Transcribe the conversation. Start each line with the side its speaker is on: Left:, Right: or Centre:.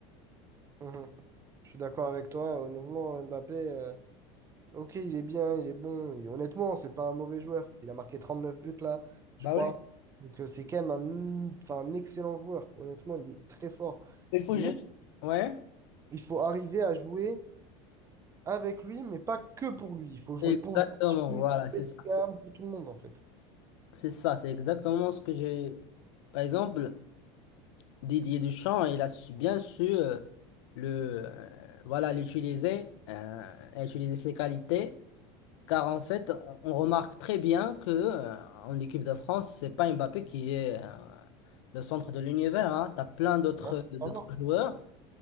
Right: Mhm. Je suis d'accord avec toi, honnêtement, Mbappé... euh, Ok, il est bien, il est bon. Et honnêtement, c'est pas un mauvais joueur. Il a marqué 39 buts là, je
Left: Bah
Right: crois.
Left: ouais.
Right: Donc euh, c'est quand même un, enfin, un excellent joueur. Honnêtement, il est très fort.
Left: Il faut
Right: Mais
Left: juste. Ouais.
Right: il faut arriver à jouer avec lui, mais pas que pour lui. Il faut jouer
Left: Exactement,
Right: pour Vinicius,
Left: voilà, c'est
Right: pour
Left: ça.
Right: Bellingham, pour tout le monde en fait.
Left: C'est ça, c'est exactement ce que j'ai. Par exemple. Didier Deschamps, il a su- bien su euh, le, euh, voilà, l'utiliser, euh, utiliser ses qualités, car en fait, on, on remarque très bien que euh, en équipe de France, c'est pas Mbappé qui est euh, le centre de l'univers, hein. Tu as plein d'autres
Right: Hein,
Left: d'autres
Right: vraiment.
Left: joueurs,